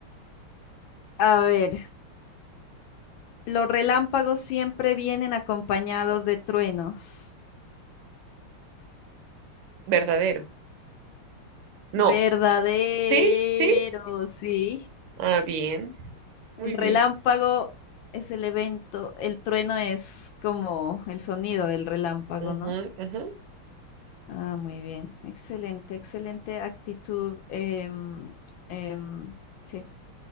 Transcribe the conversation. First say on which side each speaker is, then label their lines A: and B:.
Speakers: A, on the left; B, on the right.
A: A ver, los relámpagos siempre vienen acompañados de truenos.
B: Verdadero. No.
A: Verdadero,
B: ¿Sí? ¿Sí?
A: sí.
B: Ah, bien. Muy
A: El relámpago
B: bien.
A: es el evento, el trueno es como el sonido del relámpago,
B: Ujú,
A: ¿no?
B: ujú.
A: Ah, muy bien. Excelente, excelente actitud. em, em, sí.